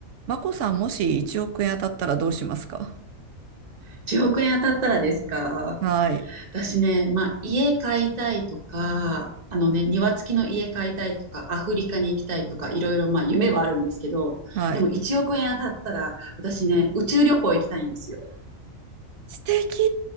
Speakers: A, on the right; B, on the right.
A: マコさん、もし1億円当たったらどうしますか
B: 1億円当たったらですか
A: はい。
B: 私ね、まあ、家買いたいとか、あのね、庭付きの家買いたいとか、アフリカに行きたいとか、いろいろまあ夢はあるんですけど、
A: はい。
B: でも1億円当たったら、私ね、宇宙旅行行きたいんですよ。
A: 素敵